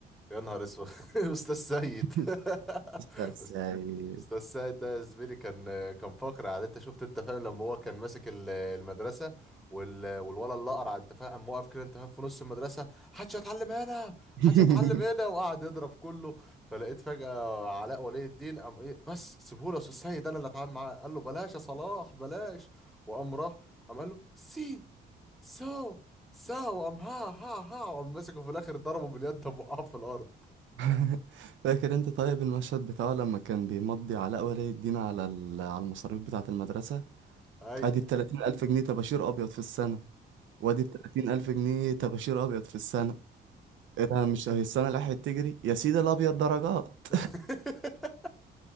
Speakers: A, in the centre; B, on the right.
A: يا نهار اسود <laughs> استاذ سيد
B: <laughs>
A: <laughs>
B: استاذ سيد
A: أست- استاذ سيد ده يا زميلي كان كان فقر على انت شفت انت فاهم لما هو كان ماسك ال- المدرسه وال... والولد اللي قرع انت فاهم قام واقف كده انت فاهم في نص المدرسه حدش هيتعلم هنا
B: <laughs>
A: حدش هيتعلم هنا وقعد يضرب كله فلقيت فجاه علاء ولي الدين قام ايه بس سيبهولي يا استاذ سيد انا اللي اتعامل معاه قال له بلاش يا صلاح بلاش وقام راح قام قال له سي سو ساعة وقام ها ها ها وقام مسكه في الآخر ضربه باليد قام وقعه في الأرض
B: <laughs> فاكر انت طيب المشهد بتاعه لما كان بيمضي علاء ولي الدين على ال- على المصاريف بتاعة المدرسة
A: أيوه
B: ادي بتلاتين ألف جنيه طباشير أبيض في السنة وادي بتلاتين ألف جنيه طباشير أبيض في السنة ايه ده مش هي السنة اللي راحت تجري يا سيدي الأبيض درجات
A: <laughs>